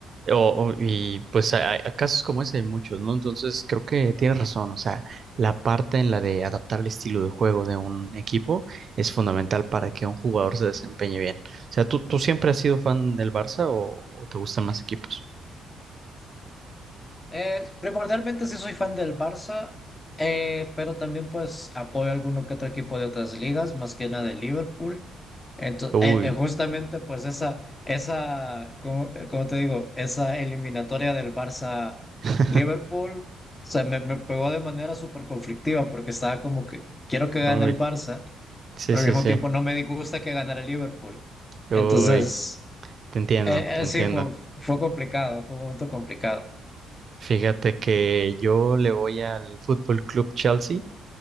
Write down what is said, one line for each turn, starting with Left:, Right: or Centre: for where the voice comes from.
Right: O, o- y pues hay, hay casos como ese hay muchos, ¿no? Entonces creo que tienes razón, o sea, la parte en la de adaptar el estilo de juego de un equipo es fundamental para que un jugador se desempeñe bien. O sea, ¿tú, tú siempre has sido fan del Barça o, o te gustan más equipos?
Left: Eh, primordialmente sí soy fan del Barça, eh, pero también pues apoyo a alguno que otro equipo de otras ligas, más que nada de Liverpool. Entonces,
Right: Uy,
Left: eh, eh, justamente pues esa, esa, como, eh, como te digo, esa eliminatoria del Barça
Right: <laughs>
Left: Liverpool, o sea, me, me pegó de manera súper conflictiva porque estaba como que quiero que gane
Right: uy,
Left: el Barça,
Right: sí,
Left: pero
Right: sí,
Left: al mismo
Right: sí,
Left: tiempo no me disgusta que ganara el Liverpool.
Right: uy,
Left: Entonces,
Right: te entiendo,
Left: eh,
Right: te entiendo.
Left: eh, sí, fue, fue complicado, fue un momento complicado.
Right: Fíjate que yo le voy al Fútbol Club Chelsea